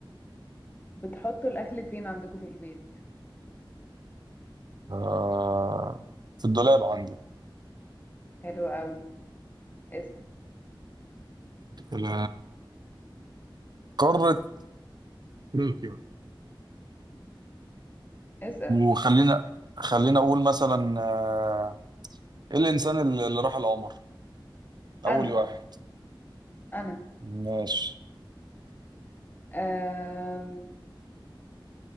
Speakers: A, on the left (about 20°); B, on the right (about 55°).
A: بتحطوا الاكل فين عندكم في البيت
B: آه، في الدولاب عندي
A: حلو قوي اسال
B: ال- قارة أفريقيا
A: اسال
B: وخلينا خلينا اقول مثلا آه، ايه الانسان اللي اللي راح القمر اول
A: انا
B: واحد
A: انا
B: ماشي
A: آه